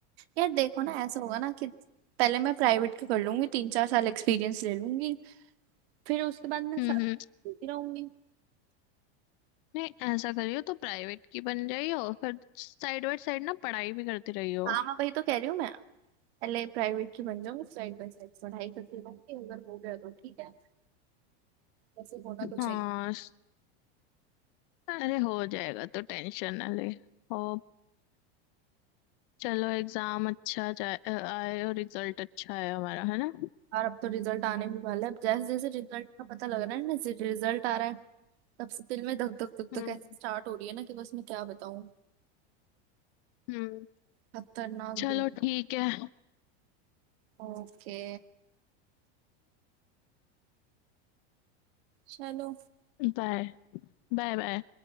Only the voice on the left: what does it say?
हम्म
हम्म।
नहीं ऐसा करियो तो प्राइवेट की बन जाइयो फिर साइड बाय साइड ना पढ़ाई भी करती रहियो
हाँ स- अरे हो जाएगा तो टेंशन ना ले हो चलो एग्जाम अच्छा जाए अ, आए और रिजल्ट अच्छा आए हमारा है ना
हम्म
हम्म
चलो
ठीक है
बाय Bye bye